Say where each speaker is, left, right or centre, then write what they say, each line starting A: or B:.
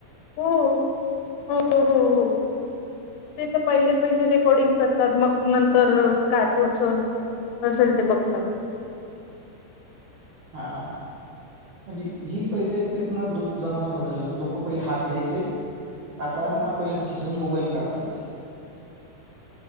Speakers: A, on the left (about 80°); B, on the right (about 80°).
A: हो हो हो हो. ते तर पहिले पहिले रेकॉर्डिंग करतात मग नं तर काय पुढचं असेल ते बघतात.
B: हा आ. म्हणजे ही पहिले तेच ना दु जमाना बदलला लोक पहिले हात द्यायचे आता ना पहिले‌ म खिशातून मोबाईल काढतात.